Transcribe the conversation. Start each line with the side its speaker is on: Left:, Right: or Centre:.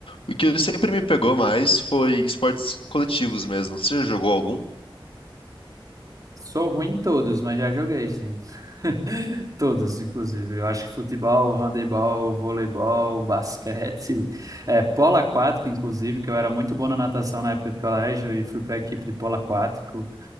Left: O que sempre me pegou mais foi esportes coletivos mesmo. Você já jogou algum?
Right: sou ruim em todos, mas já joguei, sim. <laughs> Todos, inclusive. Eu acho que futebol, handebol, voleibol, basquete, <laughs> é, polo aquático, inclusive, que eu era muito bom na natação na época de colégio e fui para a equipe de polo aquático,